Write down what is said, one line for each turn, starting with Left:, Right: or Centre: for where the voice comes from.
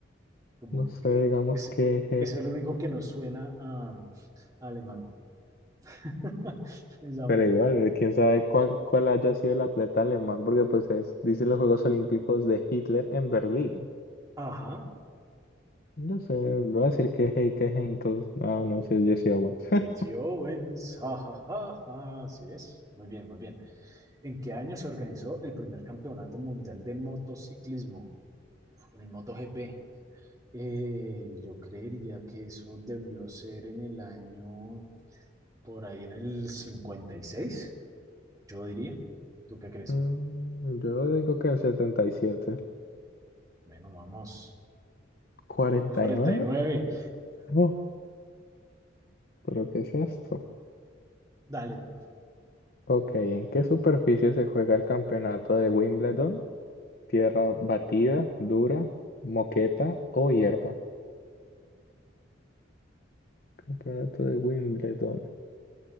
Right: como
Left: No sé,
Right: que
Left: digamos
Right: es,
Left: que
Right: es el único que nos suena a, a alemán. <laughs> Es la única
Left: Pero igual, eh, quién sabe cuál, cuál haya sido el atleta alemán, porque pues es, dice los Juegos Olímpicos de Hitler en Berlín.
Right: Ajá,
Left: No sé, voy a decir que es Heike Henkel. Ah, no, si es Jesse Owens.
Right: Jesse
Left: <laughs>
Right: Owens, jajajaja, así es. Muy bien, muy bien. ¿En qué año se organizó el primer campeonato mundial de motociclismo? Uf, el MotoGP. Eh, yo creería que eso debió ser en el año, por ahí en el 56, yo diría. ¿Tú qué crees?
Left: Mm, Yo digo que el 77.
Right: Bueno, vamos.
Left: ¿49?
Right: cuarenta y nueve.
Left: No, pero ¿qué es esto?
Right: Dale, por favor.
Left: Ok, ¿en qué superficie se juega el campeonato de Wimbledon? ¿Tierra batida, dura, moqueta o hierba? Campeonato de Wimbledon.